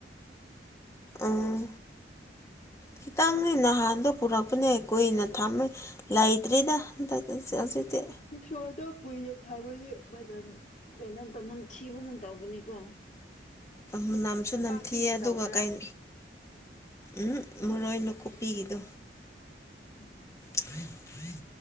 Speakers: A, on the left; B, on the left.
A: ꯎꯝ ꯈꯤꯇꯪ ꯅꯍꯥꯟꯗꯣ ꯄꯨꯔꯛꯄꯅꯦ ꯀꯨꯏꯅ ꯊꯝꯃꯦ ꯂꯩꯇ꯭ꯔꯤꯗ ꯍꯟꯗꯛꯀꯤ ꯍꯧꯖꯤꯛꯗꯤ
B: ꯕꯤꯁꯣꯟꯗꯣ ꯀꯨꯏꯅ ꯊꯝꯃꯗꯤ ꯃꯅꯝ ꯀꯩꯅꯣ ꯅꯝ ꯊꯤꯕꯒꯨꯝ ꯇꯧꯕꯅꯤꯀꯣ
A: ꯃꯅꯝꯁꯨ
B: ꯅꯄꯥꯛꯄꯤꯒꯤ
A: ꯅꯝꯊꯤꯌꯦ ꯑꯗꯨꯒ
B: ꯇꯧꯕ꯭ꯔꯥ
A: ꯀꯩ ꯎꯝ ꯃꯔꯣꯏ ꯅꯥꯀꯨꯞꯄꯤꯒꯤꯗꯣ
B: ꯎꯝ
A: <inaudible>